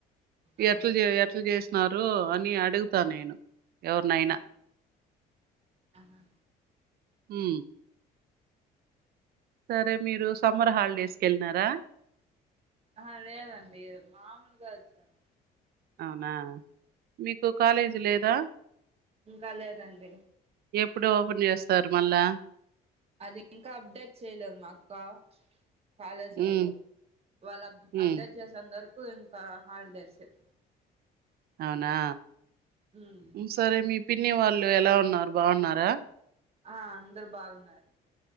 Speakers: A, on the right (about 35°); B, on the right (about 65°).
A: ఆ
B: ఎట్లా చేయా ఎట్లా చేసి న్నారు అని అడుగుతా నేను ఎవరినైనా
A: ఆహా
B: హు సరే మీరు సమ్మర్ హాలిడేస్ కి వెళ్ళినారా
A: ఆహా లేదండి మాములుగా జను
B: అవునా మీకు కాలేజీ లేదా
A: ఇంకా లేదండి
B: ఎప్పుడు ఓపెన్ చేస్తారు మళ్ళా
A: అది ఇంకా అప్డేట్ చేయలేదు మా అక్క కాలేజీ
B: ఉమ్,
A: వాళ్ళు అప్
B: ఉమ్,
A: అప్డేట్ చేసేంత వరకు కు ఇంకా హాలిడేస్ ఏ
B: అవునా
A: ఉమ్
B: సరే మీ పిన్ని న్ని వాళ్ళు ఎలా ఉన్నారు బాగున్నారా
A: ఆ అందరు బాగున్నారు